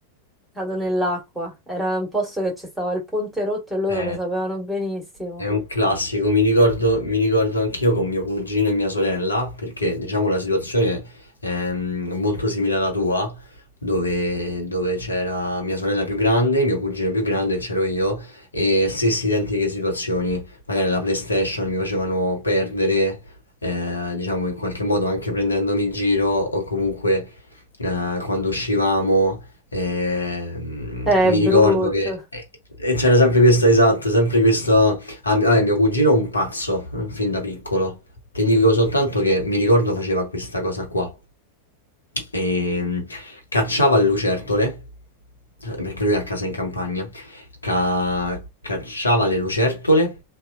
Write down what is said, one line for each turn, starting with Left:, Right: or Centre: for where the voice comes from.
Centre: Cado nell'acqua. Era un posto che ci stava il ponte rotto e loro
Left: È,
Centre: lo sapevano benissimo.
Left: è un classico, mi ricordo, mi ricordo anch'io con mio cugino e mia sorella, perché diciamo la situazione è mm, molto simile alla tua, dove, dove c'era mia sorella più grande, mio cugino più grande e c'ero io, e stesse identiche situazioni, magari la PlayStation mi facevano perdere, eh, diciamo in qualche modo anche prendendomi in giro o comunque eh, quando uscivamo. E, mm,
Centre: È
Left: mi
Centre: brutto.
Left: ricordo che e- e c'era sempre questa esatta, sempre questa... ah, mi- vabbè, mio cugino è un pazzo, eh, fin da piccolo. Ti dico soltanto che mi ricordo faceva questa cosa qua. E, mm, cacciava le lucertole, eh, perché lui è a casa in campagna, ca- cacciava le lucertole